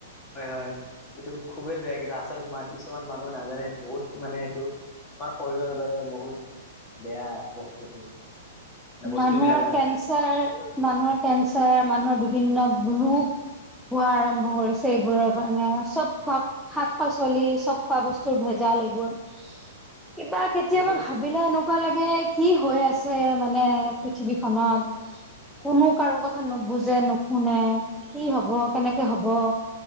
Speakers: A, on the left; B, in the centre.
A: হয়- হয় এইটো খুবেই বেয়া কিন্তু আচল মাৰ কিছুমান মানুহ নাজানে বহুত। মানে এইটো আমাৰ শৰীৰৰ বাবে বহুত বেয়া বস্তুটো। বস্তু
B: মানুহৰ
A: বিলাক আৰু
B: কেঞ্চাৰ, মানুহৰ কেঞ্চাৰ মানুহৰ বিভিন্ন ৰোগ খোৱা আৰম্ভ কৰিছে এইবোৰৰ কাৰণে চব খোৱা শাক পাচলি চব খোৱা বস্তুৰ ভেজাল। এইবোৰ। কিবা কেতিয়াবা
A: ঠিকে
B: ভাবিলে এনেকুৱা লাগে কি হৈ আছে। মানে পৃথিৱীখনত কোনো কাৰো কথা নুবুজে নুশুনে কি হব কেনেকে হব।